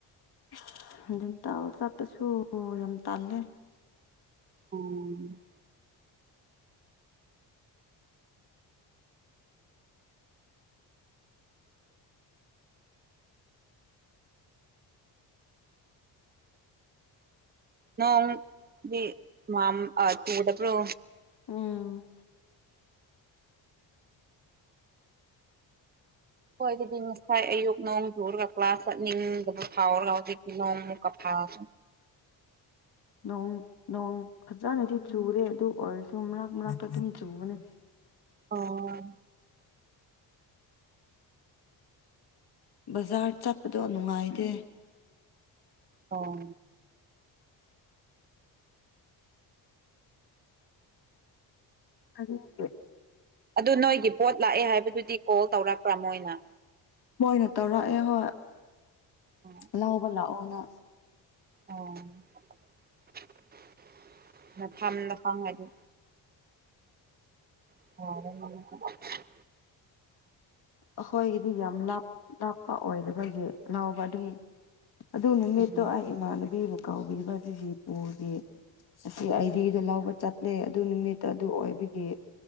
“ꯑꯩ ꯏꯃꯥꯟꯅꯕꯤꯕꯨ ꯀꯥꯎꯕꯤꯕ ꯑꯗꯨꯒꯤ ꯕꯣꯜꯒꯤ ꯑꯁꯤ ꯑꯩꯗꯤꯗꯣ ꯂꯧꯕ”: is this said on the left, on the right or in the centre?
Left